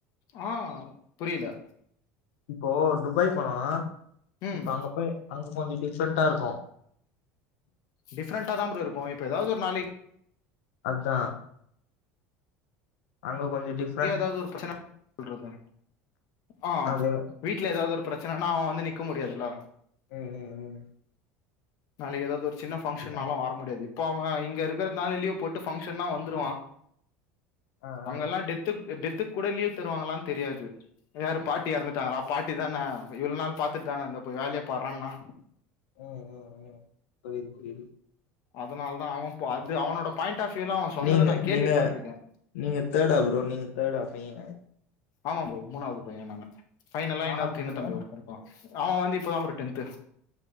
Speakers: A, on the left (about 60°); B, on the left (about 80°).
A: ஆ புரிது
B: இப்போ துபாய் போனா
A: ம்
B: இப்போ அங்க போய் அங்க கொஞ்ச டிஃப்ரெண்ட்டா இருக்கு
A: டிஃப்ரெண்டா தா ப்ரோ இருக்கு இப்ப எதாது ஒரு நாளைக்
B: அதா அங்க கொஞ்ச டிப்
A: இங்கே எதாது ஒரு பிரச்சன சொல்றது ஆ
B: அது
A: வீட்ல எதாது ஒரு பிரச்சனனா அவ வந்து நிக்க முடியாதுல்ல
B: ம் ம் ம்
A: நாளைக்கு எதாது ஒரு சின்ன ஃபங்கஷன்னாலு
B: நை
A: வர முடியாது இப்ப அவ இங்க இருக்கிறதுனால லீவு போட்டு பங்க்ஷன்னா வந்துருவா
B: ஆ ஆ
A: அங்கெல்லா டெத் த்து டெத்துக்கு கூட லீவ் தருவாங்களான் தெரியாது யாரு பாட்டி எறந்துட்டாங்களா பாட்டி தானே இவ்ள நாள் பாத்துட்டு தானே இருந்த போய் வேலய பார்றானா
B: ம் ம் ம் புரிது புரிது
A: அதனால தா அவ இப்ப அது அவனோட பாயிண்ட் ஆஃப்யூல அவ சொன்னது
B: நீங்க
A: நா கேள்விப்பட்ருக்கே
B: நீங்க நீங்க தேடா ப்ரோ நீங்க தேடா பைய
A: ஆமா ப்ரோ மூணாது பைய நானு பைனல்லா
B: நாலாவது
A: இன்னொரு சின்னத்தம்பி
B: பைய
A: ஒருத்தே இருக்கா அவ வந்து இப்பதா ப்ரோ டென்த்து